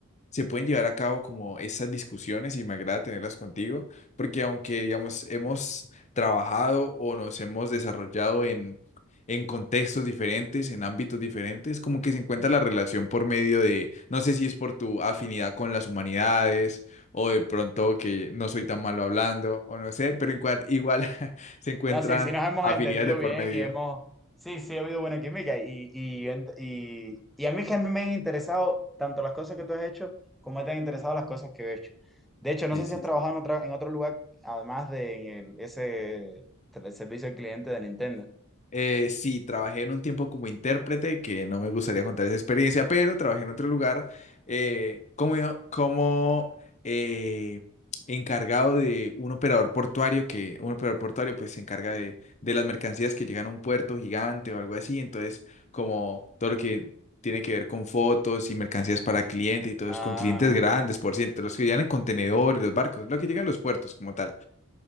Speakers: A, on the left; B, in the centre.
A: se pueden llevar a cabo como esas discusiones y me agrada tenerlas contigo, porque aunque, digamos, hemos trabajado o nos hemos desarrollado en, en contextos diferentes, en ámbitos diferentes, como que se encuentra la relación por medio de, no sé si es por tu afinidad con las humanidades o de pronto que no soy tan malo hablando o no sé, pero en cual- igual <laughs> se encuentran
B: No, sí, sí nos hemos
A: afinidades
B: entendido
A: de por
B: bien
A: medio.
B: y hemos, sí, sí ha habido buena química y, y, ent- y, y a mí que a mí me han interesado tanto las cosas que tú has hecho como me te han interesado las cosas que he hecho. De hecho, no
A: Sí,
B: sé si
A: sí,
B: has trabajado
A: sí.
B: en otra, en otro lugar además de en el, ese el servicio al cliente de Nintendo.
A: Eh, sí, trabajé en un tiempo como intérprete, que no me gustaría contar esa experiencia, pero trabajé en otro lugar eh, como, como eh, encargado de un operador portuario, que un operador portuario pues se encarga de, de las mercancías que llegan a un puerto gigante o algo así, entonces como todo lo que tiene que ver con fotos y mercancías para clientes y todo
B: Ah,
A: es con clientes grandes, por ciento, los que llegan en contenedores, los barcos, lo que llegan a los puertos como tal